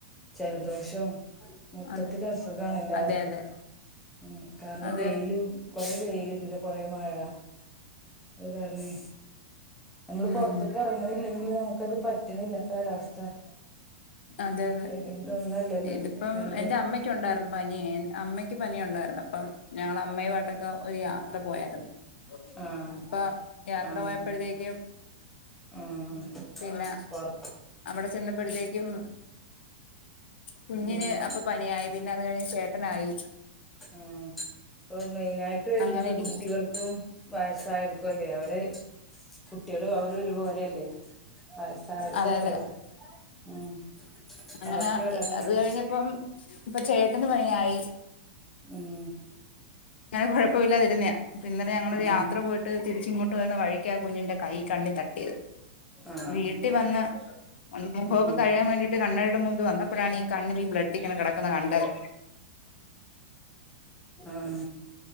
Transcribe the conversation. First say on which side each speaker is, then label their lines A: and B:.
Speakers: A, in the centre; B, on the left (about 70°).
A: ജലദോഷോം മൊത്തത്തിൽ
B: അതെ
A: അസുഖാണ് എല്ലാർക്കും
B: അതെ അതെ
A: ഉം കാരണം
B: അതെ
A: വെയിലും കൊറെ വെയില് പിന്നെ കൊ റെ മഴ അത് കാരണെ നമ്മള്
B: ഉം
A: പൊറത്തക്ക് ഇറങ്ങണില്ലെങ്കില് നമു ക്കത് പ റ്റണില്ല കാലാവസ്ഥ.
B: അതെ അതെ
A: ഏതെങ്കിലും ഒന്നല്ലല്ലോ
B: ഇതിപ്പം
A: രണ്ടും
B: എന്റെ അമ്മയ്ക്ക് ഉണ്ടാരുന്നു പനി അമ്മയ്ക്ക് പനി ഉണ്ടാരുന്നു അപ്പം ഞങ്ങള് അമ്മയുമായിട്ടൊക്കെ ഒരു യാത്ര പോയാരുന്നു
A: ആഹ്
B: അപ്പൊ യാത്ര
A: ആഹ്
B: പോയപ്പോഴത്തേക്കും
A: ആഹ്
B: പിന്നെ
A: പൊർ
B: അവിടെ ചെന്നപ്പോഴത്തേക്കും കുഞ്ഞിന്
A: ഉം
B: അപ്പൊ പനിയായി പിന്നെ അത് കഴിഞ്ഞ് ചേ ട്ടനായി
A: ഉം ഇപ്പൊ മെയിനായിട്ട് വരുന്നത്
B: അങ്ങനെ ഇരിക്കും
A: കുട്ടികൾക്കും വയസായവർക്കുവല്ലേ അവര് കുട്ടികളും അവരും ഒരുപോലെയല്ലേ വയസായരും
B: അതെ
A: കുട്ടികളും
B: അതെ
A: ഉം
B: അങ്ങനെ
A: അവർക്ക് വരാൻ
B: അത്
A: പറ്റും
B: കഴിഞ്ഞപ്പം ഇപ്പൊ ചേട്ടന് പനിയായി
A: ഉം
B: ഞങ്ങള് കൊഴപ്പമില്ലാതിരുന്നെയാ അപ്പോ ഇന്നലെ ഞങ്ങളൊരു
A: ആഹ്
B: യാത്ര പോയിട്ട് തിരിച്ച് ഇങ്ങോട്ട് വരുന്ന വഴിക്കാ കുഞ്ഞിന്റെ കൈ കണ്ണിൽ തട്ടിയത്
A: ആഹ്
B: വീട്ടിൽ വന്ന് ഒന്ന് മുഖമൊക്കെ
A: ഉം
B: കഴുകാൻ വേണ്ടിട്ട് കണ്ണാടിയുടെ മുൻപിൽ വന്നപ്പോഴാണ് ഈ കണ്ണില് ഈ ബ്ലഡിങ്ങനെ കെടക്കുന്ന കണ്ടത്
A: ഉം